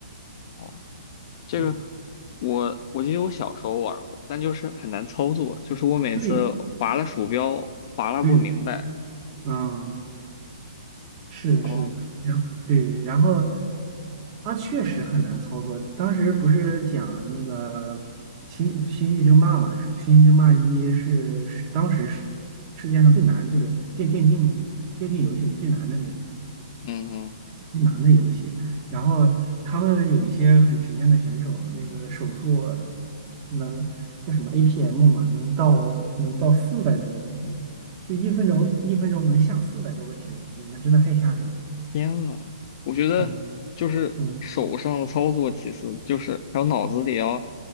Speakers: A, on the left; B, on the right.
A: 哦，这个
B: 嗯
A: 我我记得我小时候玩过，但就是很难操作，就是我每次划了鼠标划拉不明白。
B: 对对，嗯，是是，
A: 哦，
B: 然对，然后它确实很难操作。当时不是讲那个星《星际争霸》嘛，是《星际争霸一》是是当时世世界上最难，就是电电竞电竞游戏里最难的那种。
A: 嗯哼。
B: 最难的游戏。然后他们有一些很职业的选手，那个手速能叫什么 APM 嘛，能到能到四百多，我天呐，就一分钟一分钟能下四百多个指令，那真的太吓人了。
A: 天呐，我觉得就是手上的操作，
B: 嗯嗯，
A: 其实就是还有脑子里要